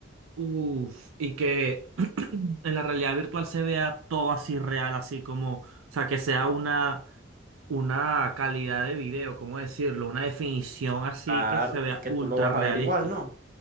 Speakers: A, on the right (about 80°); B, on the right (about 40°).
A: Uf, y que <clears throat> en la realidad virtual se vea todo así real, así como, o sea, que sea una, una calidad de video, ¿cómo decirlo? Una definición así
B: Claro,
A: que se vea
B: es que
A: ultra
B: tú lo vas
A: realista.
B: a ver igual, ¿no?